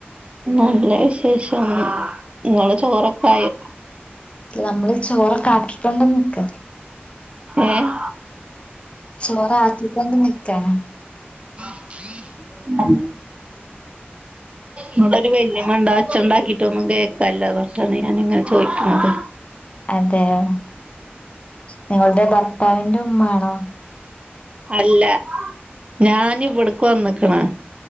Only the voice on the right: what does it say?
നല്ല വിശേഷം ഇങ്ങളെ ചോറൊക്കെ ആയോ?
ഏഹ്
ഉം ഇവടൊര് വല്യമ്മണ്ട്. അത് ഒച്ചണ്ടാക്കിട്ടൊന്നും കേൾക്കാല്ല. അതോണ്ടാണ് ഞാനിങ്ങനെ ചോയിക്ണത്
അല്ല ഞാനിവിടക്ക് വന്ന്ക്ണ്